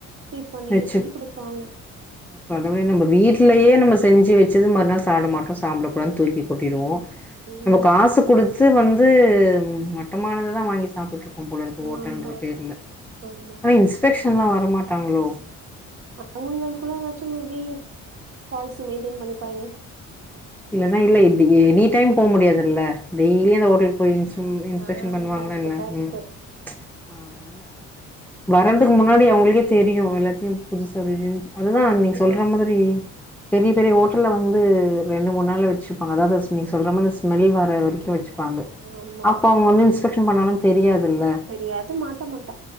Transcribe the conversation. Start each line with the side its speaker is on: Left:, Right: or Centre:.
Right: ஹீட் பண்ணி
Centre: வச்சு
Right: ஹீட் பண்ணி குடுப்பாங்க
Centre: கடவுளே நம்ப வீட்லயே நம்ம செஞ்சு வச்சது மறுநாள் சாப்ட மாட்டோ சாப்டக்கூடாதுனு தூக்கி கொட்டிடுவோ
Right: ம்
Centre: நம்ம காசு குடுத்து வந்து மட்டமானததா வாங்கி சாப்ட்டு இருக் கோம் போல இருக்கு ஹோட்டல்ன்ற
Right: ஆமா
Centre: பேர்ல
Right: ஆமா
Centre: ஆனா இன்ஸ்பெக்ஷன்லா வரமாட்டாங்களோ
Right: அவுங்களுக்குள்ள ஏதாச்சு மேபி பாலிசி மெயின்டெயின் பண்ணிப்பாங்க
Centre: இல்லனா இல்ல இந்த எனி டைம் போ முடியாதுல்ல டெய்லி அந்த ஹோட்டல் போயி இன்ஸ் ம் இன்ஸ்பெக்க்ஷன்
Right: ஆ
Centre: பண்ணுவாங்களா
Right: கரெக்ட்
Centre: என்ன
Right: கரெக்ட்
Centre: ம் ஆனா வரதுக்கு முன்னாடி அவுங்களுக்கே தெரியு எல்லாத்தயு புதுசு அப்டி இப்டின் அதுதா
Right: மாத்தி
Centre: நீங்க சொல்ற மாதிரி பெரிய பெரிய ஹோட்டல்ல வந்து ரெண்டு மூணு நாள் வச்சுப்பாங்க அதாவது நீ சொல்ற மாரி அந்த ஸ்மெல் வர வரைக்கு வச்சுப்பாங்க
Right: ஆமா
Centre: அப்ப
Right: ஆமா
Centre: அவுங்க வந்து ஃபேக்க்ஷன் பண்ணாலு தெரியாதுல்ல
Right: தெரியாது மாட்ட மாட்